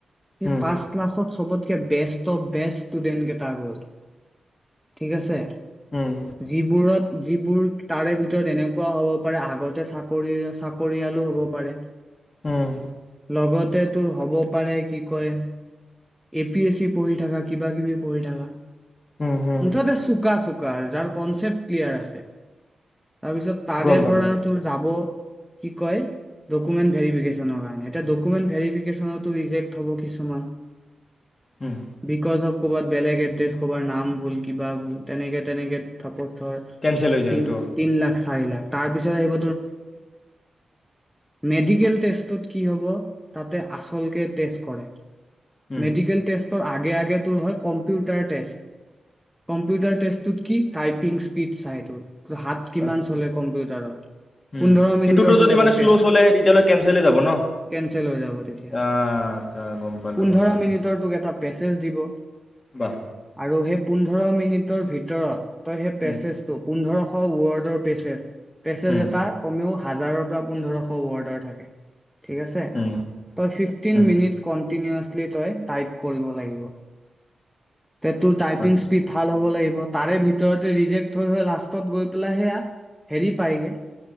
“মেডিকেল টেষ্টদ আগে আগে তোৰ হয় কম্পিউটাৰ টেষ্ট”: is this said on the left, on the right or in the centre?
Centre